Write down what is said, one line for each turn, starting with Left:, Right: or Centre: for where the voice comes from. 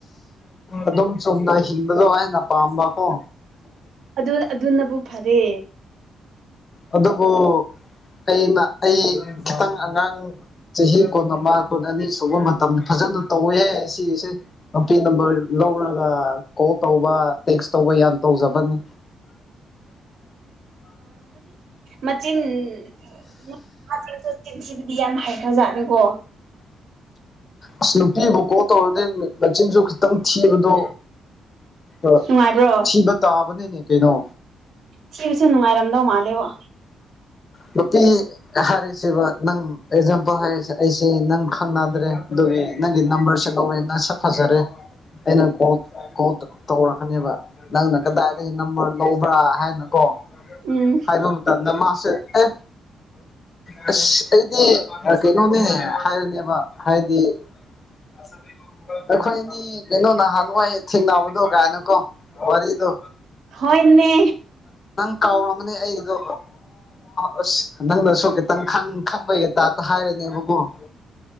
Left: ꯑꯗꯨ ꯁꯣꯝꯗ ꯍꯤꯡꯕꯗꯣ ꯑꯩꯅ ꯄꯥꯝꯕꯀꯣ
Right: ꯑꯗꯨ ꯑꯗꯨꯅꯕꯨ ꯐꯔꯦ
Left: ꯑꯗ ꯄꯣ ꯑꯩꯅ ꯑꯩ ꯈꯤꯇꯪ ꯑꯉꯥꯡ ꯆꯍꯤ ꯀꯨꯟ ꯑꯃ ꯀꯨꯟ ꯑꯅꯤ ꯁꯨꯕ ꯃꯇꯝꯗ ꯐꯖ ꯐꯖꯅ ꯇꯧꯋꯦꯍꯦ ꯁꯤꯁꯦ ꯅꯨꯄꯤꯦ ꯅꯝꯕꯔ ꯂꯧꯔꯒ ꯀꯣꯜ ꯇꯧꯕ ꯇꯦꯛꯁ ꯇꯧꯕ ꯌꯥ ꯒ꯭ꯌꯥꯟ ꯇꯧꯖꯕꯅꯤ
Right: ꯃꯆꯤꯟꯆꯁꯨ ꯆꯤꯟꯁꯤꯕꯨꯗꯤ ꯌꯥꯝ ꯍꯩꯊꯖꯥꯠꯅꯤꯀꯣ
Left: ꯑꯁ ꯅꯨꯄꯤꯕꯨ ꯀꯣꯛ ꯇꯧꯔꯗꯤ ꯃꯆꯤꯟꯁꯨ ꯈꯤꯇꯪ ꯊꯤꯕꯗꯣ ꯑ
Right: ꯅꯨꯡꯉꯥꯏꯕ꯭ꯔꯣ
Left: ꯊꯤꯕ ꯇꯥꯕꯅꯦꯅꯦ ꯀꯩꯅꯣ
Right: ꯊꯤꯕꯁꯨ ꯅꯨꯡꯉꯥꯏꯔꯝꯗꯧ ꯃꯥꯜꯂꯦꯕ
Left: ꯅꯨꯄꯤ ꯍꯥꯏꯔꯤꯁꯕ ꯅꯪ ꯑꯦꯛꯖꯥꯝꯄꯜ ꯍꯥꯏꯔꯤꯁꯦ ꯑꯩꯁꯦ ꯅꯪ ꯈꯪꯅꯗ꯭ꯔꯦ ꯅꯪꯒꯤ ꯅꯝꯕꯔꯁꯦ ꯂꯧꯋꯦ ꯅꯪ ꯁꯛ ꯐꯖꯔꯦ ꯑꯩꯅ ꯀꯣ ꯇꯧꯔꯛꯀꯅꯦꯕ ꯅꯪꯅ ꯀꯗꯥꯏꯗꯒꯤ ꯅꯝꯕꯔ ꯂꯧꯕ꯭ꯔꯥ ꯍꯥꯏꯅꯀꯣ
Right: ꯎꯝ
Left: ꯍꯥꯏꯕ ꯃꯇꯝꯗ ꯃꯥꯁꯦ ꯑꯦ ꯑꯁ ꯑꯩꯗꯤ ꯀꯩꯅꯣꯅꯦ ꯍꯥꯏꯔꯅꯦꯕ ꯍꯥꯏꯗꯤ ꯑꯝ ꯑꯩꯈꯣꯏꯅꯤ ꯀꯩꯅꯣ ꯅꯍꯥꯟꯋꯥꯏ ꯊꯦꯡꯅꯕꯗꯣ ꯀꯥꯏꯅꯨꯀꯣ ꯋꯥꯔꯤꯗꯣ
Right: ꯍꯣꯏꯅꯦ
Left: ꯀꯥꯎꯔꯝꯒꯅꯦ ꯑꯩꯗꯣ ꯑꯁ ꯅꯪꯗꯁꯨ ꯈꯤꯇꯪ ꯈꯪꯕꯒꯤ ꯇꯥꯇ ꯍꯥꯏꯔꯅꯦꯕꯕꯨꯣ